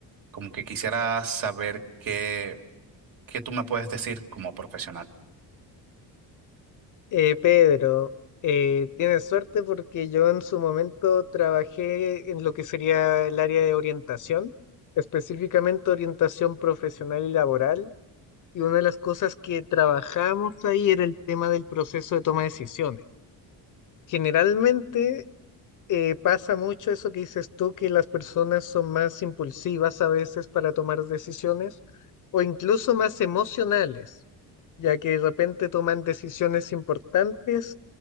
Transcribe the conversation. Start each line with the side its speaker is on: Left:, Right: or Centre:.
Right: como que quisiera saber qué, qué tú me puedes decir como profesional.
Left: Eh, Pedro, eh, tienes suerte porque yo en su momento trabajé en lo que sería el área de orientación, específicamente orientación profesional y laboral, y una de las cosas que trabajamos ahí era el tema del proceso de toma de decisiones. Generalmente eh, pasa mucho eso que dices tú, que las personas son más impulsivas a veces para tomar decisiones o incluso más emocionales, ya que de repente toman decisiones importantes